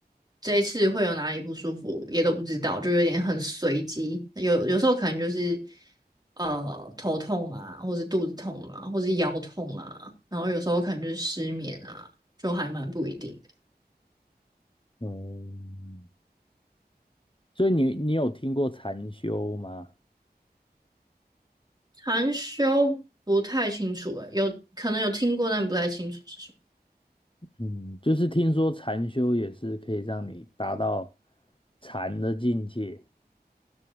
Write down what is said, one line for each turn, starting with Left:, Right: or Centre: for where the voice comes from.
Right: 这一次会有哪里不舒服也都不知道，就有点很随机。有有时候可能就是呃头痛啊，或是肚子痛啊，或是腰痛啊，然后有时候可能就是失眠啊，就还蛮不一定的。
Left: 嗯，所以你你有听过禅修吗？
Right: 禅修不太清楚诶，有可能有听过，但不太清楚是什么。
Left: 嗯，就是听说禅修也是可以让你达到禅的境界，